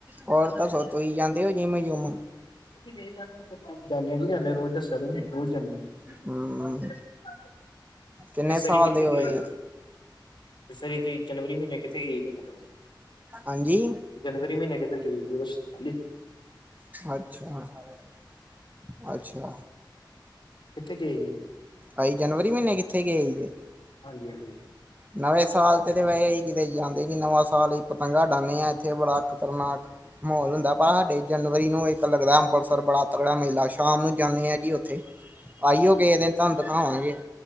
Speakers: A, on the right (about 20°); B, on the left (about 70°).
A: ਹੋਰ ਦਸੋ, ਤੁਸੀ ਜਾਂਦੇ ਹੋ ਜਿਮ ਜੁਮ?
B: ਜਾਨੇ ਹਾਂ ਜੀ, ਜਾਂਨੇ ਆ ਰੋਜ਼ ਦੱਸਿਆ ਤੁਸੀਂ ਰੋਜ਼ ਜਾਂਨੇ ਆ
A: ਹਮ ਕਿੰਨੇ
B: ਇਸ
A: ਸਾਲ
B: ਆਰੀ, ਕਿੱਥੇ
A: ਦੇ
B: ਗਏ?
A: ਹੋਏ
B: ਇਸ ਆਰੀ ਤੁਹੀ ਜਨਵਰੀ ਮਹੀਨੇ, ਕਿੱਥੇ ਗਏ ਸੀ।
A: ਹਾਂਜੀ
B: ਜਨਵਰੀ ਮਹੀਨੇ ਕਿਥੇੱ ਹ <unintelligible> <inaudible>
A: ਅੱਛਾ-ਅੱਛਾ
B: ਕਿੱਥੇ ਗਏ ਈ
A: ਬਾਈ ਜਨਵਰੀ, ਮਹੀਨੇ ਕਿੱਥੇ ਗਏ ਸੀ?
B: ਹਾਂਜੀ-ਹਾਂਜੀ
A: ਨਵੇਂ ਸਾਲ ਤੇ-ਤੇ ਵੈਸੇ ਹੀ ਕਿਤੇ ਜਾਂਦੇ ਨਈ, ਨਵਾਂ ਸਾਲ ਹੀ ਪਤੰਗਾ ੳਡਾਂਨੇ ਆ, ਇੱਥੇ ਬੜਾ ਖ਼ਤਰਨਾਕ ਮਾਹੋਲ ਹੁੰਦਾ, ਬਾਹਰ ਹਾਡੇ ਜਨਵਰੀ ਨੂੰ ਇੱਕ ਲੱਗਦਾ ਅੰਮ੍ਰਿਤਸਰ ਬੜਾ ਤਕੜਾ ਮੇਲਾ ਸ਼ਾਮ ਨੂੰ ਜਾਂਨੇ ਆ ਜੀ ਉੱਥੇ। ਆਈਓ ਕਿਸੇ ਦਿਨ ਤੁਹਾਨੂੰ ਦਿਖਾਵਾਂਗੇ।